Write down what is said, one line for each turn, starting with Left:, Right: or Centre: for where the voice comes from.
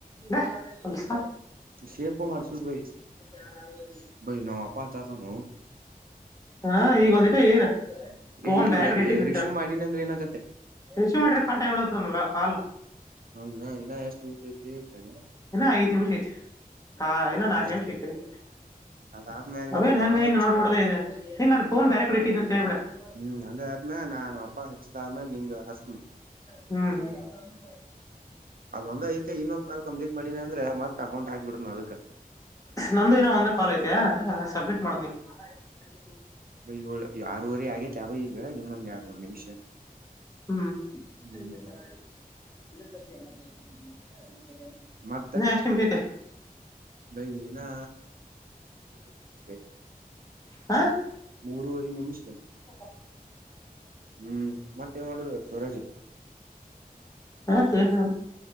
Left: ಹೆ ಹೋಲ್ಸ್
Right: ಶೇಪು ಮಾಡ್ಸುದ್ ಬೈ
Left: <unintelligible>
Right: ಬೈ ನಮ್ ಅಪ್ಪ ಹಚ್ಚಕತನೋ.
Left: ಹಾ ಈಗ ಒಂದಿಟ ಈಡ್. ಫೋನ್
Right: ಈಗ
Left: ಬ್ಯಾರೆ ಕಡೆ ಇಟ್ಟಿದ್ನ್ಯಂಥ
Right: ರಿಶೀವ್
Left: ಹೇಳ್
Right: ಮಾಡಿನ ಅಂದ್ರೆ ಏನಾಗತ್ತೆ
Left: ರಿಸೀವ್ ಮಾಡಿದ್ರ ಕಟ್ ಆಗ್ಬಿಡ್ತದ ಅದು ಕಾಲ್.
Right: ಹಂಗ ಇನ್ನ ಎಷ್ಟ್ ನಿಮಿಷ ಐತಿ ತಡಿ
Left: ಇನ ಐದು ನಿಮಿಷ ಐತಿ. ಹಾ, ಇನ್ನ
Right: ಹ್ಮ್
Left: ನಾಕು ನಿಮಿಷ ಎತ್ಹುಳೆ.
Right: ಅದಾದ್ಮ್ಯಾಗ
Left: ಅಧೇನೆನೆ,
Right: ನಾವ್ ಅಪ್ಪ ಹಚ್ಚ
Left: ಇಂಗ, ನೋಡುಬಿಡುಲೆ, ಹೇ. <unintelligible> ಫೋನ್ ಬ್ಯಾರೆಕಡೆ ಇಟ್ಟಿದೇ ಅಂತ! ಹೇಳುಬಿಡು. <unintelligible>
Right: ಹ್ಮ್, ಅದ ನಾ ಅಪ್ಪಾ ಹಚ್ಚಿದು, ಆಧುಮೇಲೈ, ನಿನ್ಗೆ, ಅಚ್ಚುಮ. <unintelligible>
Left: ಹ್ಮ್ ಹ್ಮ
Right: ಅದೊಂದ್ಐತಿ ಇನ್ನೊಂದ ಕಾಲ್ ಕಂಪ್ಲೀಟ್ ಮಾಡೀಲಾ, ಅಂದ್ರೆ ಮತ್ತ ಅಕೌಟ್ ಹಾಕಿಬಿಡುತೀನಿ, ಅದಕ? <inaudible>
Left: ನಂದು, ಇವರದು, ಒಂದ ಕಾಲ್ಐತೆ ಅ ಸಬ್ಮಿಟ್, ಮಾಡಿನಿ. <unintelligible>
Right: ಅಧೆಹೇಳೂ, ಆರುವರೆ ಆಗೇತಿ ಆಗಲೇ, ಈಗ ಇನ್ನೊಂದು, ಯಾರಡು, ನಿಮಿಷ. <unintelligible>
Left: ಹ್ಮ್,
Right: ಹ್ಮ್
Left: ಇದೇ ತರ, ತಪ್ಪಿ ಎಲ್ಲ ಅಂದ್ರೆ? <unintelligible>
Right: ಮತ್ತ
Left: ನಾಷ್ಟ ಮುಗೀತು. <unintelligible>
Right: ಬೈ, ನಾ, ಮೂರುವರೆ, ವರ್ಷ, ಬೈ. <unintelligible>
Left: ಹಾ. <unintelligible>
Right: ಮೂರೂವರೆ, ನಿಮಿಷ. <inaudible>
Left: <unintelligible> <inaudible>
Right: ಹ್ಮ್ ಮತ್ತೇನ್ ಮಾಡುದು ಸೂರಜ್
Left: ಯಾಕೆ, ಏನು, ಹೇಳು. <unintelligible>